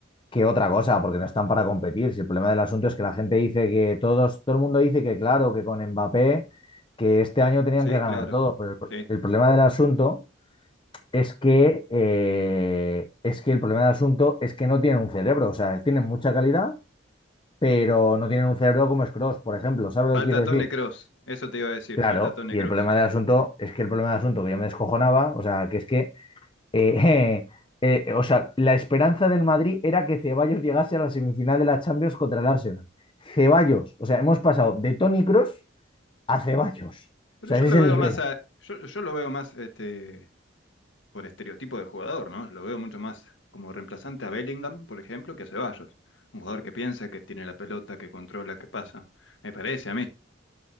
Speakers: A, on the left; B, on the left.
A: que otra cosa, porque no están para competir. Si el problema del asunto es que la gente dice que todos, todo el mundo dice que, claro, que con Mbappé, que este año tenían
B: Sí,
A: que ganar
B: claro.
A: todo. Pero el pro-
B: Sí.
A: el problema del asunto es que, eh, es que el problema del asunto es que no tienen un cerebro, o sea, tienen mucha calidad, pero no tienen un cerebro como Scrooge, por ejemplo, ¿sabes lo
B: Falta
A: que quiero decir?
B: Tony Cross, eso te iba a decir,
A: Claro,
B: falta Tony
A: y
B: Cross.
A: el problema del asunto es que el problema del asunto que yo me descojonaba, o sea, que es que, eh, <laughs> eh, o sea, la esperanza del Madrid era que Ceballos llegase a la semifinal de la Champions contra el Arsenal. Ceballos, o sea, hemos pasado de Tony Cross a Ceballos,
B: Pero
A: o sea,
B: yo
A: ese
B: lo
A: es el
B: veo
A: nivel.
B: más a, yo, yo lo veo más este, por estereotipo de jugador, ¿no? Lo veo mucho más como reemplazante a Bellingham, por ejemplo, que a Ceballos. Un jugador que piensa, que tiene la pelota, que controla, que pasa. Me parece a mí.